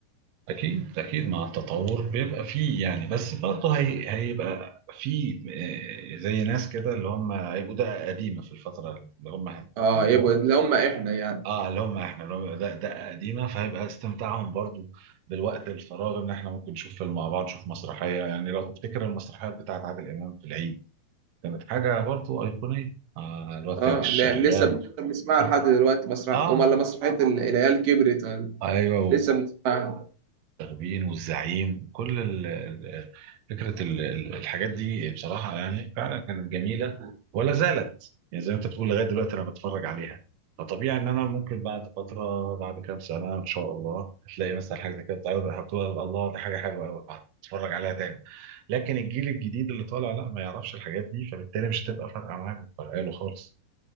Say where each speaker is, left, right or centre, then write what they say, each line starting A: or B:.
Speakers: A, on the right; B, on the right.
A: اكيد اكيد مع التطور بيبقى فيه يعني بس برضه هي هيبقى فيه آه، زي ناس كده اللي هم هيبقوا ده قديمه في الفتره اللي هم
B: اه
A: عندهم
B: يبقى اللي هم احنا يعني
A: اه لو ما احنا لو ده ده قديمه فهيبقى استمتاعهم برضو بالوقت الفراغ ان احنا ممكن نشوف فيلم مع بعض نشوف مسرحيه يعني لو تفتكر المسرحيات بتاعت عادل امام في العيد كانت حاجه برضو ايقونيه آه الوقت
B: اه
A: الشغال
B: لا لسه لسه بنسمعها
A: اه,
B: لحد دلوقتي مسرح
A: آه.
B: امال لا، مسرحيه ال- العيال كبرت ولا-
A: ايوه
B: لسه بنسمعها
A: التخبين والزعيم كل ال- ال- فكرة ال- ال- الحاجات دي بصراحة يعني فعلا كانت جميلة ولا زالت يعني زي ما انت بتقول لغاية دلوقتي انا بتفرج عليها فطبيعي ان انا ممكن بعد فترة بعد كام سنة ان شاء الله هتلاقي مثلا حاجة زي كده بتعرض هتقول الله دي حاجة حلوة قوي هتتفرج عليها تاني لكن الجيل الجديد اللي طالع لا ما يعرفش الحاجات دي فبالتالي مش هتبقى فارقة معاه مش فارقة له خالص